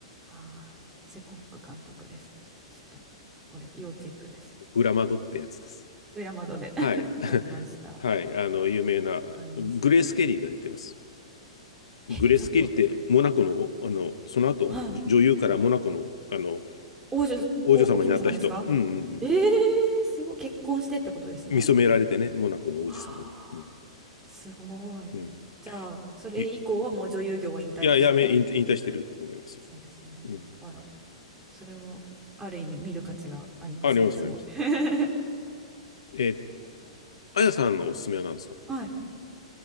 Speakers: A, on the right; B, on the left.
A: ああ、ヒッチコック監督ですね。ちょっと、これ、要チェックです。
B: 裏窓ってやつです。
A: 裏窓で <laughs>
B: はい。
A: わかりました。
B: <laughs>
A: あ
B: はい。あの、有名な、
A: りがとうございます。
B: グレース・ケリーが出てます。
A: え、
B: グレース・
A: ちょっと、
B: ケリーって、モナコの、おあの、その後、
A: はい。
B: じ女優からモナコの、あの、
A: 王女、
B: 王女様になった人。
A: お、お姫様ですか
B: うんうんうん。
A: えー、すごい。結婚してってことですね。
B: 見初められてね、モナコの王子様に。
A: ああ、
B: うん。
A: すごい。
B: うん。
A: じゃあ、それ以降はもう女優業は引退して、
B: い、いや、やめ、引退引退してると思いますよ。
A: そうですよね。
B: うん。
A: あら、それをある意味見る価値がありますね、
B: あります、
A: すごい。
B: あります。
A: <laughs>
B: えーあやさんのおすすめは何ですか
A: はい。